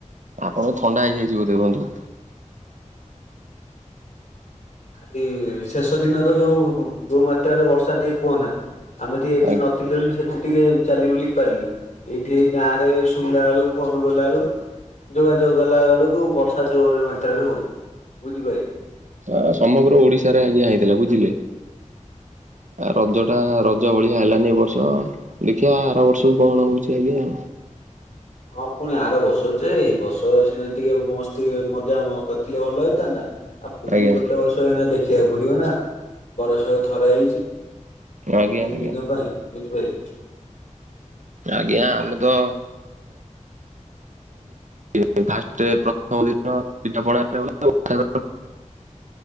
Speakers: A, on the right; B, on the left.
A: ଆପଣଙ୍କୁ ଥଣ୍ଡା ହେଇଯାଇଛିି ବୋଧେ ବନ୍ଧୁ?
B: ଖାଲି ଶେଷ ଦିନ ତ ଯଉ, ଯଉ ମାତ୍ରାରେ ବର୍ଷା ଟିକେ କୁହନା। ଆମେ ଟିକେ ଏଠି
A: ଆଜ୍ଞା
B: ନଥିଲେ ବୋଲି ସେଠି ଟିକେ ଚାଲି ବୁଲି ପାରିଲୁ। ଏଇଠି ଏଇ ଗାଁରେ ସୁଣିଲା ବେଳୁ ଫୋନ କଲା ବେଳୁ ଯୋଗାଯୋଗ କଲା ବେଳକୁ ବର୍ଷା ଜୋର ମାତ୍ରାରେ ହଉଛି। ବୁଝିପାରିଲେ?
A: ହଁ, ସମଗ୍ର ଓଡିଶାରେ ଆଜ୍ଞା ହେଇଥିଲା। ବୁଝିଲେ? ଆ ରଜ ଟା ରଜ ଭଳିଆ ହେଲାନି ଏ ବର୍ଷ। ଦେଖିଆ ଆର ବର୍ଷକୁ କଣ ହଉଛି ଆଜ୍ଞା ଆ।
B: ହଁ, ପୁଣି ଆର ବର୍ଷ ଯେ। ଏଇ ବର୍ଷ ସିନା ଟିକେ ମସ୍ତି, ମଜା କରିଥିଲେ ଭଲ ହେଇଥାନ୍ତା। ଆଉ ପୁଣି
A: ଆଜ୍ଞା
B: ଗୋଟେ ବର୍ଷ ଏଇନା ଦେଖିବାକୁ ପଡିବ ନା, ବରଷକୁ ଥରେ ଆଇଛି। କିଛି
A: ଆଜ୍ଞା ଆଜ୍ଞା
B: ଦିନ ପାଇଁ, ବୁଝି ପାଇଲେ?
A: ଆଜ୍ଞା। ଆମେ ତ ଏ ଫାଷ୍ଟେ ପ୍ରଥମ ଦିନ ପିଠାପଣାରେ ଗଲା ଆଉ